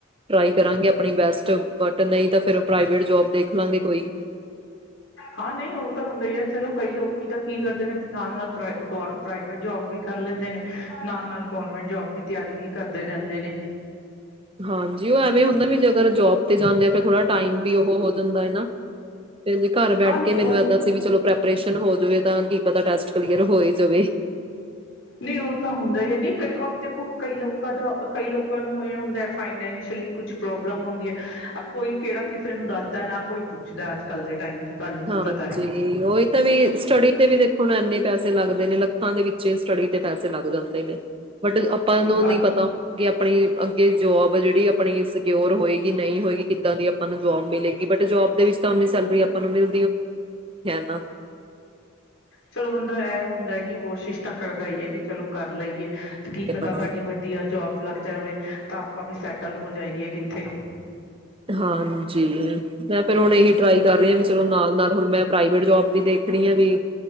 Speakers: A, on the right (about 25°); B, on the left (about 65°).
A: ਟ੍ਰਾਈ ਕਰਾਂਗੇ ਆਪਣੀ ਬੈਸਟ ਬਟ ਨਹੀਂ ਤਾਂ ਫਿਰ ਪ੍ਰਾਈਵੇਟ ਜੋਬ ਦੇਖ ਲਾਂਗੇ ਕੋਈ।
B: ਹਾਂ ਨਹੀਂ ਉਹ ਤਾਂ ਹੁੰਦਾ ਹੀ ਹੈ ਚਲੋ ਕਈ ਲੋਕੀ ਤਾਂ ਕੀ ਕਰਦੇ ਨੇ ਨਾਲ ਨਾਲ ਗੋ ਪ੍ਰਾਈਵੇਟ ਜੋਬ ਵੀ ਕਰ ਲੈਂਦੇ ਨੇ ਨਾਲ ਨਾਲ ਗੋਰਮੈਂਟ ਜੋਬ ਦੀ ਤਿਆਰੀ ਵੀ ਕਰਦੇ ਰਹਿੰਦੇ ਨੇ।
A: ਹਾਂਜੀ ਉਹ ਐਵੇਂ ਹੁੰਦਾ ਵੀ ਜੇ ਅਗਰ ਜੋਬ ਤੇ ਜਾਂਦੇ ਆ ਫਿਰ ਥੋੜਾ ਟਾਈਮ ਵੀ ਉਹ ਹੋ ਜਾਂਦਾ ਏ ਨਾ ਤੇ ਜੇ ਘਰ ਬੈਠ
B: ਹਾਂ ਨਹੀਂ
A: ਕੇ ਮੈਨੂੰ
B: ਉਹ
A: ਇਦਾਂ ਸੀ ਵੀ ਚਲੋ ਪ੍ਰੈਪਰੇਸ਼ਨ ਹੋ ਜਾਵੇ ਤਾਂ ਕੀ ਪਤਾ ਟੈਸਟ ਕਲੀਅਰ ਹੋ ਹੀ ਜਾਵੇ
B: ਨਹੀਂ ਉਹ ਤਾਂ ਹੁੰਦਾ ਹੀ ਹੈ ਨਹੀਂ ਕਈ ਅਬ ਦੇਖੋ ਕਈ ਲੋਕਾਂ ਦਾ ਕਈ ਲੋਕਾਂ ਨੂੰ ਇਹ ਹੁੰਦਾ ਫਾਈਨੈਂਸ਼ੀਅਲੀ ਕੁਛ ਪ੍ਰੋਬਲਮ ਹੁੰਦੀ ਹੈ ਕੋਈ ਕਿਹੜਾ ਕਿਸੇ ਨੂੰ ਦੱਸਦਾ ਨਾ ਕੋਈ ਪੁੱਛਦਾ ਅੱਜ ਕੱਲ੍ਹ ਦੇ ਟਾਈਮ। ਤੁਹਾਨੂੰ ਵੀ
A: ਹਾਂਜੀ
B: ਪਤਾ
A: ਓਹੀ ਤਾਂ ਵੀ ਸਟੱਡੀ ਤੇ ਵੀ ਦੇਖੋ ਇਨੇ ਪੈਸੇ ਲੱਗਦੇ ਨੇ ਲੱਖਾਂ ਦੇ ਵਿੱਚ ਸਟੱਡੀ। ਤੇ ਪੈਸੇ ਲੱਗ ਜਾਂਦੇ ਨੇ। ਬਟ ਆਪਾਂ
B: ਹੈ
A: ਨੂੰ ਨਹੀਂ ਪਤਾ ਕਿ ਆਪਣੀ ਅੱਗੇ ਜੋਬ ਜਿਹੜੀ ਆਪਣੀ ਸਕਿਓਰ ਹੋਏਗੀ ਨਹੀਂ ਹੋਏਗੀ ਕਿੱਦਾਂ ਦੀ ਆਪਾਂ ਨੂੰ ਜੋਬ ਮਿਲੇਗੀ ਬਟ ਜੋਬ ਦੇ ਵਿੱਚ ਤਾਂ ਆਪਨੀ ਸੈਲਰੀ ਆਪਾਂ ਨੂੰ ਮਿਲ <unintelligible>
B: ਚਲੋ ਬੰਦਾ ਐ ਹੁੰਦਾ ਕਿ ਕੋਸ਼ਿਸ਼ ਤਾਂ ਕਰਦਾ ਹੀ ਹੈ ਕਿ ਚਲੋ ਕਰ ਲਈਏ ਤੇ ਕੀ ਪਤਾ
A: ਹਾਂ,
B: ਸਾਡੀ ਵਧੀਆ ਜੋਬ ਲੱਗ ਜਾਵੇ ਤਾਂ ਆਪਾਂ ਵੀ ਸੈਟ ਕੱਲ੍ਹ ਹੋ ਜਾਏਏ ਕਿੱਥੇ।
A: ਹਾਂਜੀ। ਮੈਂ ਫਿਰ ਹੁਣ ਇਹੀ ਟਰਾਈ ਕਰ ਰਹੀ ਹਾਂ ਵੀ ਚਲੋ ਨਾਲ ਨਾਲ ਹੁਣ ਮੈਂ ਪ੍ਰਾਈਵੇਟ ਜੋਬ ਵੀ ਦੇਖ ਰੀ ਹਾਂ ਵੀ